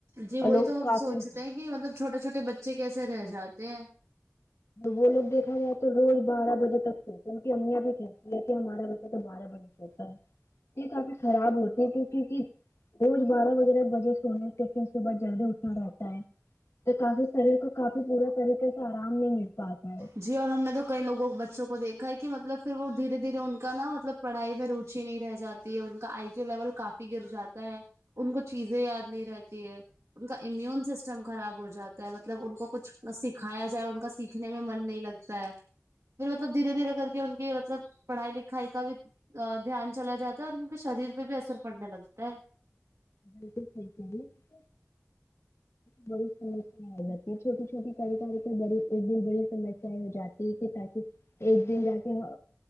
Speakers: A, on the right (about 80°); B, on the left (about 65°).
A: جی
B: اور
A: وہی
B: لوگ
A: تو ہم
B: کافی
A: سوچتے ہیں کہ مطلب چھوٹے چھوٹے بچے کیسے رہ جاتے ہیں
B: وہ لو دیکھا جائے تو روز بارہ بجے تک س ان کی اممییاں بھی کہتی ہے کہ ہمارا بچہ تو بارہ بجے ہو یہ کافی خراب ہوتی ہے کی کیکہ روز بارہ بجے ر بجے سونےن صبح جلدی اٹھنا رہتا ہے تو کافی شریر کو کافی بورے طریقے سے آرام نہیں مل پاتا ہے
A: جی اور ہم نے تو کئی لووں بچوں کو دیکھا ہے کہ مطلب پھر وہ دھیرے دھیرے ان کا نا مطلب پڑھائی میں روچی نہیں رہ جاتی ہے ان کا آئی کیو لیول کافی گر جاتا ہے ان کو چیزیں یاد نہیں رہتی ہے ان کا امیون سسٹم خراب ہو جاتا ہے مطلب ان کو کچھ سکھایا جائے ان کا سیکھنے میں من نہیں لگتا ہے پھر مطلب دھیرے دھیرے کر کے ان کے مطلب پڑھائی لکھائی کا بھی دھیان چلا جاتا ہے اور ان کے شریر پہ بھی اثر پڑنے لگتا ہے
B: بالکل صحیح <unintelligible> چے بڑی سمیا آ جاتی ہے چھوٹی چھوٹی سرکار کے بڑی بھی بڑی سمسیا ہو جاتی ہے کہ تاکہ ایک دن جا کے